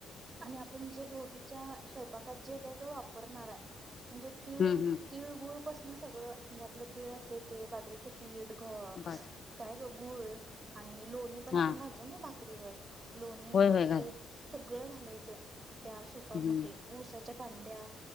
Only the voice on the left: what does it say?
हम्म हम्म
बर
हा
होय
होय घाल.
हम्म